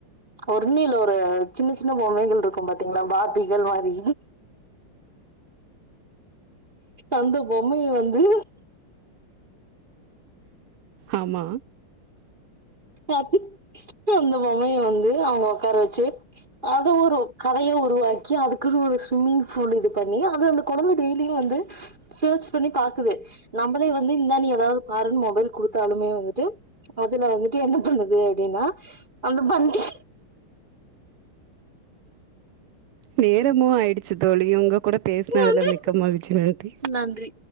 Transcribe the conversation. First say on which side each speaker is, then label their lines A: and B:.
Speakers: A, on the right; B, on the right.
A: ஒண்ணு இல்ல ஒரு சின்ன சின்ன பொம்மைகள்ருக்கு பாத்தீங்களா பார்பிகள் மாரி அந்த பொம்மய வந்து
B: ஆமா
A: பாத்து அந்த பொம்மைய வந்து அவங்க ஒக்கார வச்சு அது ஒரு கதயா உருவாக்கி அதுக்குன்னு ஒரு ஸ்விம்மிங் பூல் இது பண்ணி அது அந்த கொழந்த டெய்லியு வந்து சர்ச் பண்ணி பாக்குது நம்பளே வந்து இந்தா நீ ஏதாது பாருன் மொபைல் குடுத்தாலுமே வந்துட்டு அதுல வந்துட்டு என்ன பண்ணுது அப்டின்னா அந்த பண்ட்டி
B: நேரமு ஆயிடுச்சி தோழி உங்க கூட பேசுனதுல
A: நன்றி
B: மிக்க மகிழ்ச்சி நன்றி
A: நன்றி